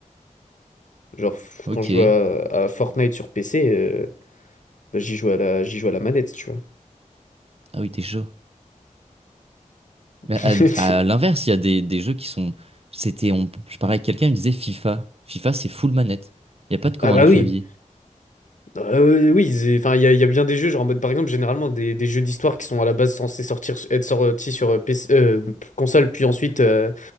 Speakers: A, on the left; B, on the right.
A: Genre, f-
B: Ok.
A: quand je joue à, à Fortnite sur PC. euh, Bah, j'y joue à la, j'y joue à la manette, tu vois.
B: Ah oui, t'es chaud.
A: <laughs>
B: Mais à, à l'inverse, il y a des, des jeux qui sont. C'était, on, je parlais avec quelqu'un, il me disait FIFA. FIFA, c'est full manette. Il n'y a pas de commande
A: Ah bah
B: clavier.
A: oui. Euh, oui, c'est- enfin, il y a, il y a bien des jeux, genre en mode par exemple, généralement des, des jeux d'histoire qui sont à la base censés sortir, être sortis sur euh, PC, euh, console, puis ensuite euh,